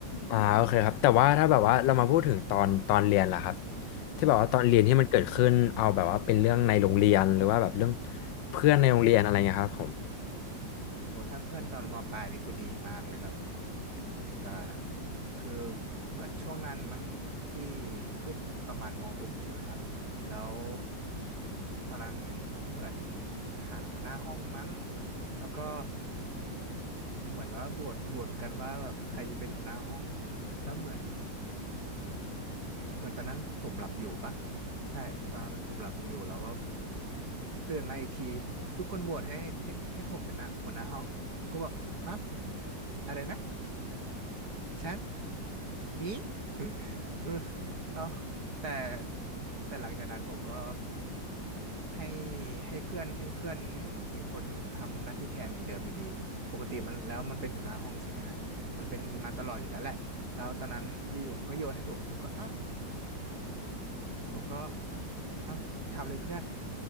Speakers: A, on the left; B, on the right.
A: อ่าโอเคครับแต่ว่าถ้าแบบว่าเรามาพูดถึงตอนตอนเรียนล่ะครับที่แบบว่าตอนเรียนที่มันเกิดขึ้นเอาแบบว่าเป็นเรื่องในโรงเรียนหรือว่าแบบเรื่อง
B: อืม
A: เพื่อนในโรงเรียนอะไรเงี้ยครับผม
B: โอ้ถ้าเพื่อนตอนมปลายนี่คือดีมากเลยครับ แต่คือเหมือนช่วงนั้นมั้งที่ขึ้นประมาณมหกใช่ไหมครับแล้วตอนนั้นเหมือนหาหัวหน้าห้องมั้งแล้วก็เหมือนว่าโหวตโหวตกันว่าแบบใครจะเป็นหัวหน้าห้องแล้วเหมือนเหมือนตอนนั้นผมหลับอยู่ปะใช่ตอนนั้นผมหลับอยู่แล้วก็ตื่นมาอีกทีทุกคนโหวตให้ให้ให้ผมเป็นนะหัวหน้าห้องก็บอกฮะอะไรนะฉัน มี <laughs> เออเอาแต่แต่หลังจากนั้นผมก็ให้ให้เพื่อนให้เพื่อนอีกคนหนึ่งทำหน้าที่แทนเหมือนเดิมอยู่ดีปกติมันแล้วมันเป็นหัวหน้าห้องใช่ไหมฮะมันเป็นมาตลอดอยู่แล้วแหละแล้วตอนนั้นอยู่ๆมันก็โยนให้ผมผมก็อ่ะผมก็อ่ะทำเลยเพื่อน